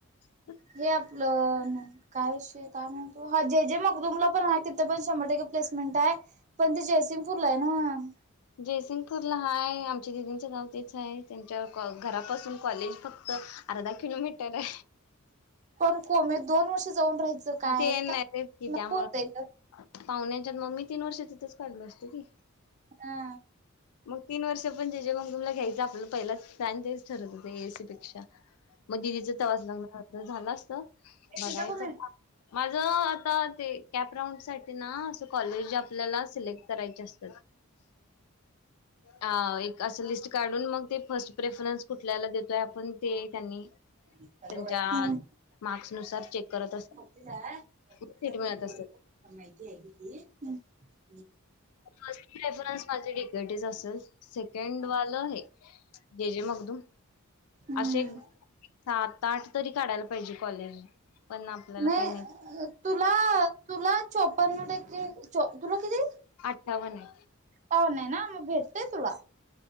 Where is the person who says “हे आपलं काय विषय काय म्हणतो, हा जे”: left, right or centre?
Right